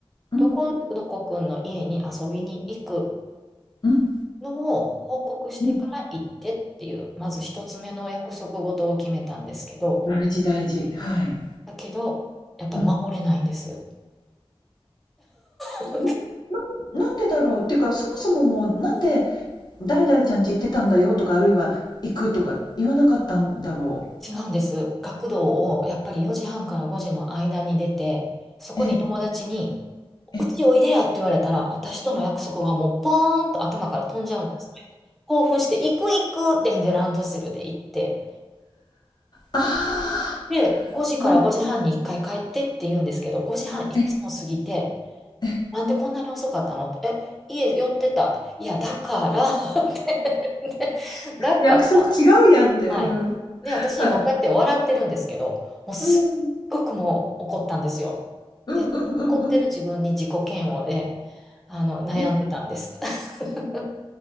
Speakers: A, on the left; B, in the centre.
A: うん。
B: どこどこくんの家に遊びに行く
A: うん。
B: のを報告してから行ってっていう、
A: うん。
B: まず一つ目の約束事を決めたんですけど、
A: 大事大事。はい。
B: だけど、やっぱり守れないんです。
A: うん。
B: <laughs>
A: なんなんなんでだろうっていうか、そもそももうなんで誰々ちゃんち行ってたんだよとか、あるいは行くとか言わなかったんだろ
B: 違うんです。学童をやっぱり4時半から5時の間に出て、そこに友達に
A: う。ええ、ええ。
B: うちおいでやって言われたら、私との約束がもうポーンと頭から飛んじゃうんですね。興奮して、行く行くってんでランドセルで行って、
A: ああ、
B: で、5時から5時半に1回帰ってって言うんですけど、
A: もう、
B: 5時半いつも過ぎて、
A: え、え、
B: なんでこんなに遅かったのって、え、家寄ってたって、いや、だからってでだから、
A: 約束違うやんって、
B: はい。
A: うん。
B: で、私、
A: はい。
B: 今こうやって笑ってるんですけど、もうすっごくもう怒ったんですよ。
A: うん。うんうんうんうん。
B: で、怒ってる自分に自己嫌悪で、あの、悩んでたんです。
A: いや、
B: <laughs>